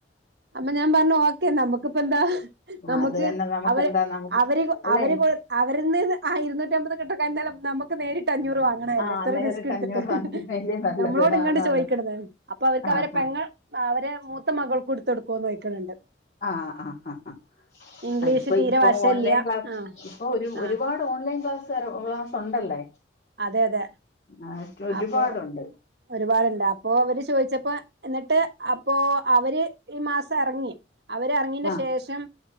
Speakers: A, on the right (about 60°); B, on the left (about 45°).
A: അപ്പെ ഞാൻ പറഞ്ഞു ഓക്കെ നമുക്കിപ്പെന്താ നമക്ക്
B: ആ, അത് തന്നെ നമുക്ക്
A: അവര്
B: എന്താ നമുക്ക്
A: അവര്
B: അല്ല
A: അവര്
B: ഇൻ-
A: കൊ അവരിന്ന് ആ ഇരുന്നൂറ്റമ്പത് കിട്ടക്കഴിഞാ നമക്ക് നേരിട്ട് അഞ്ഞൂറ് വാങ്ങി അല്ലേ
B: ആ
A: എത്ര
B: നേരിട്ട്
A: റിസ്ക് എടുത്തിട്ട്
B: അഞ്ഞൂറ് വാങ്ങിക്കുന്നതിലേ നല്ലത്
A: നമ്മളോട് ഇങ്ങട്ട്
B: ആന്നാന്ന്
A: ചോദിക്കണത് അപ്പൊ അവർക്ക്
B: ആ
A: അവരെ
B: ഹാ
A: പെങ്ങൾ അവരെ മൂത്ത മകൾക്ക് എടുത്ത് കൊ ടുക്കുവേന്ന് ചോദിക്കണ ഉണ്ട്
B: ആഹ് ആഹ് ആഹ്
A: ഇംഗ്ലീഷ്
B: ഇപ്പൊ
A: തീരെ
B: ഇപ്പൊ
A: വശല്ല്യ
B: ഓൺലൈൻ ക്ലാസ്
A: ആ
B: ഇപ്പൊ ഒരു
A: ആ
B: ഒരുപാട് ഓൺലൈൻ ക്ലാസ്കാര് ക്ലാസ് ഒണ്ടല്ലേ
A: അതെ അതെ
B: ആഹ് ഒരുപാടുണ്ട്
A: അപ്പൊ ഒരുപാടുണ്ട് അപ്പൊ അവര് ചോദിച്ചപ്പോ എന്നിട്ട് അപ്പൊ അവര് ഈ മാസം എറങ്ങി അവര് എറങ്ങിന്റെ
B: ആ
A: ശേഷം